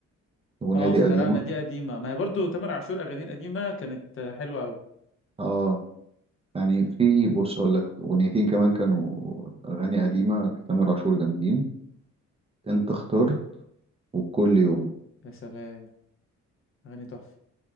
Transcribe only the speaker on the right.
الاغنيه
دي
قديمه
اه يعني في بص اقول لك اغنيتين كمان كانوا اغاني قديمه لتامر عاشور جامدين انت اختار وكل يوم